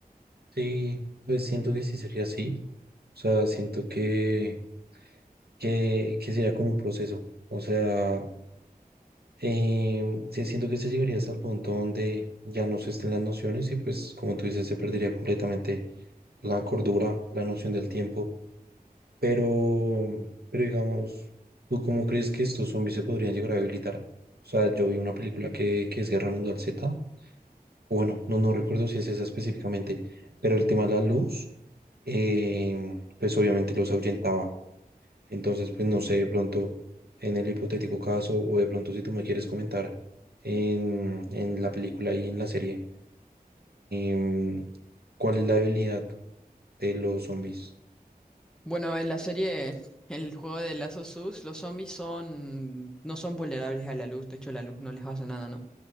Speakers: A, on the right; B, in the centre.
A: Sí, pues siento que sí sería así. O sea, siento que, que, que sería como un proceso. O sea, Eh, sí, siento que se llegaría hasta el punto donde ya no se estén las nociones y pues como tú dices, se perdería completamente la cordura, la noción del tiempo. Pero, pero digamos, ¿tú cómo crees que estos zombies se podrían llegar a habilitar? O sea, yo vi una película que, que es Guerra Mundial Z, o bueno, no, no recuerdo si es esa específicamente, pero el tema de la luz, eh, pues obviamente los ahuyentaba. Entonces, pues no sé, de pronto, en el hipotético caso, o de pronto si tú me quieres comentar en, en la película y en la serie, em, ¿cuál es la debilidad de los zombies?
B: Bueno, en la serie, el juego de Lazo Sus, los zombies son, no son vulnerables a la luz, de hecho la luz no les hace nada, ¿no?